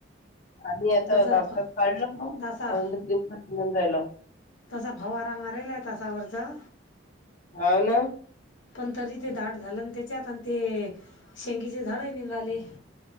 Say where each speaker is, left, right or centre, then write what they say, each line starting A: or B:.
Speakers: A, on the left; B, on the left.
A: आणि् आता
B: तसा
A: तास
B: फ
A: तास काढलं ना
B: तसा
A: अजून कतीून <unintelligible> राला
B: तसा फवारा मारेला आहे तसावरचा.
A: हाव ना.
B: पण तरी ते दाट झालं आणि त्याच्यात आणि ते शेंगीचे झाडही नींगाले.